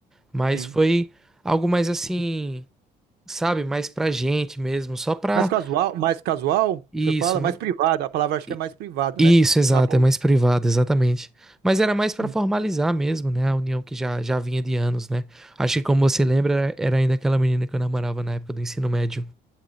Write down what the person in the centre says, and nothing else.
Mas
foi algo mais assim, sabe? Mais pra gente mesmo, só pra.
Isso,
ma-
i-
isso,
exato,
é mais privado, exatamente. Mas era mais pra
formalizar mesmo, né? A união que já, já vinha de anos, né? Acho que, como você
lembra, era era ainda aquela menina que eu namorava na época do ensino médio.